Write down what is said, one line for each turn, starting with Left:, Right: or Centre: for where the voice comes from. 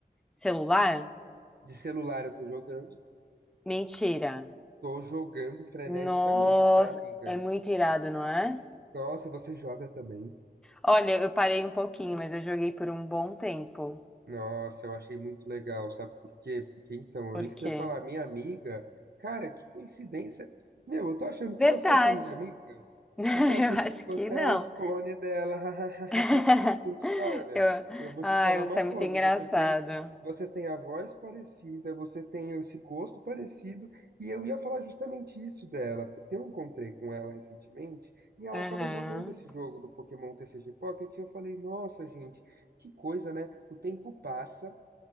Centre: celular.
Right: De celular eu tô jogando.
Centre: Mentira.
Right: Tô jogando freneticamente,
Centre: Nossa,
Right: tá, amiga?
Centre: é muito irado, não é?
Right: Nossa, você joga também?
Centre: Olha, eu parei um pouquinho, mas eu joguei por um bom tempo.
Right: Nossa, eu achei muito legal, sabe por quê? Porque então,
Centre: Por
Right: é isso
Centre: quê?
Right: que eu ia falar, minha amiga. Cara, que coincidência. Meu, eu tô achando que
Centre: Verdade.
Right: você, essa minha amiga.
Centre: <laughs> Eu
Right: Eu tô achando
Centre: acho
Right: que você
Centre: que não.
Right: é um clone dela. <laughs>
Centre: <laughs>
Right: Porque, olha,
Centre: Eu...
Right: eu vou
Centre: Ai,
Right: te falar
Centre: você
Right: uma
Centre: é
Right: coisa,
Centre: muito engraçado.
Right: você tem, você tem a voz parecida, você tem esse gosto parecido, e eu ia falar justamente isso dela, porque eu encontrei com ela recentemente e ela
Centre: Aham,
Right: tava jogando esse jogo do Pokémon TCG Pocket, e eu falei, nossa, gente, que coisa, né? O tempo passa